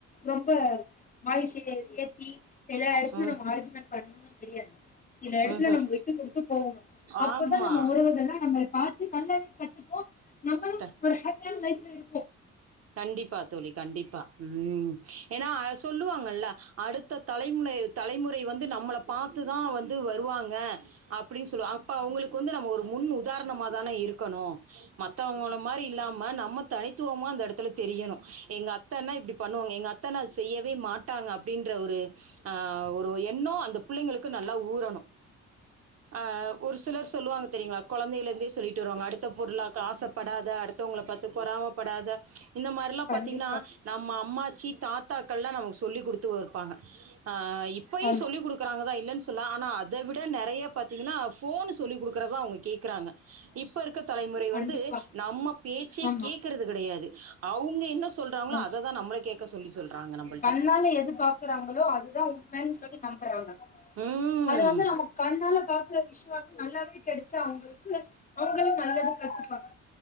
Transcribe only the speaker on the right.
ம்
ம் ம்
ஆமாம்
த
கண்டிப்பா தோழி கண்டிப்பா ம் ஏனா சொல்லுவாங்கல்ல அடுத்த தலைமுனை தலைமுறை வந்து நம்மள பாத்துதா வந்து வருவாங்க அப்பிடின் சொல்லுவ அப்ப அவுங்களுக்கு வந்து நம்ம ஒரு முன் உதாரணமா தான இருக்கணு மத்தவுங்கள மாரி இல்லாம நம்ம தனித்துவமா அந்த எடத் துல தெரியனு எங்க அத்தன்னா இப்டி பண்ணுவாங்க எங்க அத்தன்னா அது செய்யவே மாட்டாங்க அப்டின்ற ஒரு அ ஒரு எண்ணொ அந்த பிள்ளைங்களுக்கு நல்லா ஊறணு அ ஒரு சிலர் சொல்வாங்க தெரியிங்ளா கொழந்தைலெந்தே சொல்லிட்டு வருவாங்க அடுத்த பொருளாக்க ஆசப்படாத அடுத்தவுங்கள பாத்து பொறாமப்படாத இந்த மார்லா
பாத்தீங்கனா நம்ம அம்மாச்சி தாத்தாக்கள்லா நமக்கு சொல்லி குடுத்து வருப்பாங்க ஆ இப்பயு
சொல்லி குடுக்குறாங்கதா இல்லன் சொல்ல ஆனா அத விட நெறைய பாத்தீங்கனா ஃபோன் சொல்லி குடுக்குறதா அவுங்க கேக்குறாங்க இப்ப இருக்க தலைமுறை
வந்து நம்ம பேச்சே
கேக்குறது கெடயாது அவுங்க என்ன சொல்றாங்களோ
அததா நம்மள கேக்க சொல்லி சொல்கிறாங்க நம்மள்ட்ட
ம்